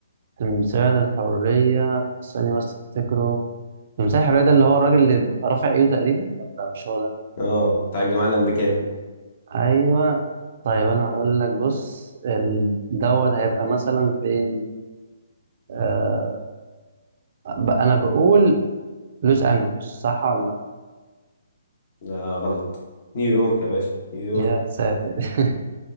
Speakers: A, on the right; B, on the left.
A: تمثال الحرية ثانية بس أفتكره تمثال الحرية ده اللي هو الراجل اللي رافع إيده تقريبا ولا مش هو ده؟
B: اه بتاع الجامعة الأمريكية
A: ايوه طيب انا اقول لك بص ال- دوت هيبقى مثلا فين آه ب- انا بقول لوس انجلوس صح ولا لا؟
B: لا غلط نيويورك يا باشا نيويورك
A: يا ساتر <laughs>